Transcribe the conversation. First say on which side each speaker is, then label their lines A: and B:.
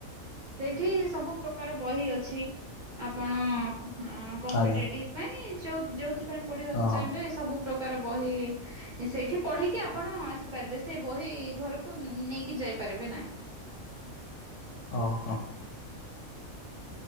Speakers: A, on the right (about 45°); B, on the left (about 70°).
A: ସେଇଠି ସବୁ ପ୍ରକାର ବହି ଅଛି ଆପଣ ହଁ କମ୍ପିଟେଟିଭ
B: ଆଜ୍ଞା
A: ପାଇଁ ଯଉ ଯୋଉଥିପାଇ ପଢିବାକୁ
B: ଓହୋ
A: ଚାହିଁବେ ସବୁ ପ୍ର କାର ବହି ସେଇଠି ପଢିକି ଆପଣ ଆସିପାରିବେ ସେ ବହି ଘରକୁ ନେଇକି ଯାଇପାରିବେ ନାଇଁ।
B: ଓ ହୋ।
A: <unintelligible>